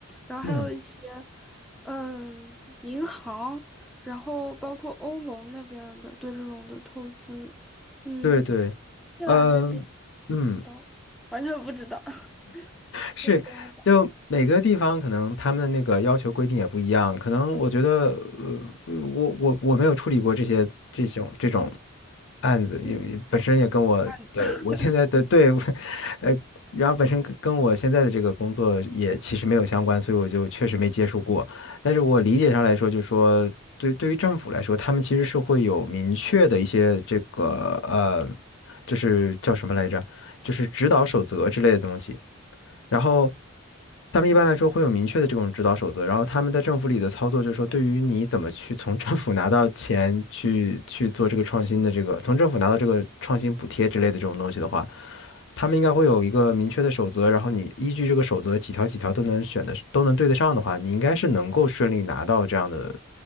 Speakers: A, in the centre; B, on the left.
A: 然后还有一些。
B: 嗯，
A: 嗯，银行，然后包括欧盟那边的对这种的投资，嗯，
B: 对对，
A: 伊朗那边
B: 嗯嗯。
A: 不知道，完全不知道。<laughs>
B: 是，
A: 那你跟我讲，
B: 就每个地方可能他们的那个要求规定也不一样，可能我觉得，呃，我我我没有处理过这些这种这种案子，
A: 嗯，
B: 因为本身也跟我的我现在的对，
A: 案子，<laughs>
B: <laughs> 呃，然后本身跟跟我现在的这个工作也其实没有相关，所以我就确实没接触过。但是我理解上来说，就说对对于政府来说，他们其实是会有明确的一些这个呃，就是叫什么来着，就是指导守则之类的东西。然后他们一般来说会有明确的这种指导守则，然后他们在政府里的操作就是说，对于你怎么去从政府拿到钱去去做这个创新的这个，从政府拿到这个创新补贴之类的这种东西的话，他们应该会有一个明确的守则，然后你依据这个守则几条几条都能选的都能对得上的话，你应该是能够顺利拿到这样的